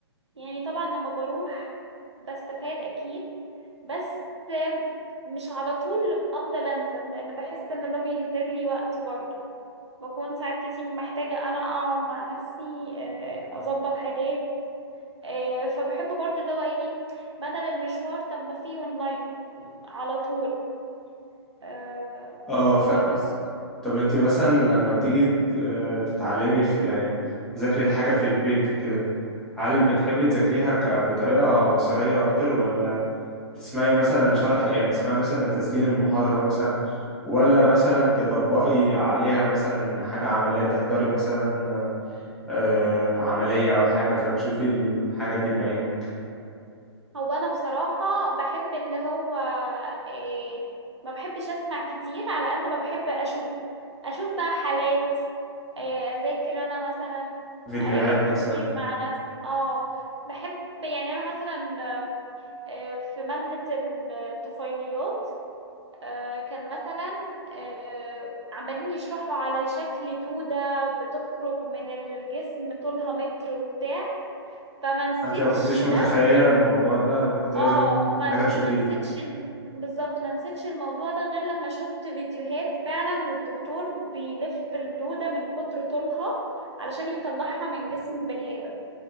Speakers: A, on the right; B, in the centre.
A: يعني طبعا لما بروح بستفاد اكيد بس مش على طول افضل انزل لان بحس ان ده بيهدر لي وقت برضه بكون ساعات كتير محتاجة انا اقعد مع نفسي آه، اظبط حاجات آه، فبحب برضه اللي هو ايه بدل المشوار طب ما فيه اونلاين على طول آه،
B: اه
A: فالموضوع
B: فاهم
A: بيبقى
B: قصدي. طب انت مثلا لما بتيجي ت- آه، تتعلمي في يعني تذاكري الحاجة في البيت وكده هل بتحبي تذاكريها ك... بطريقة بصرية اكتر ولا تسمعي مثلا شرح يعني تسمعي مثلا تسجيل المحاضرة مثلا ولا مثلا تطبقي عليها مثلا حاجة عملية تحضري مثلا آه، عملية أو حاجة فتشوفي الحاجة دي بعينك
A: هو انا بصراحة بحب اللي هو إيه ما بحبش اسمع كتير على قد ما بحب اشوف اشوف بقى حالات إيه اذاكر انا مثلا
B: فيديوهات
A: اراجع كتير
B: مثلا
A: مع نفسي اه بحب يعني انا مثلا آه، في مادة ال- الطفيليات آه، كان مثلا آه، عمالين يشرحوا على شكل دودة بتخرج من الجسم طولها متر وبتاع فما نسيتش
B: انت لو كنتش
A: ده
B: متخيله الموضوع ده لا كنت
A: اه
B: لازم
A: ما
B: محتاجه تشوفيه
A: ما نسيتش ال- بالظبط ما نسيتش الموضوع ده غير لما شفت فيديوهات فعلا والدكتور بيلف الدودة من كتر طولها علشان يطلعها من جسم بني آدم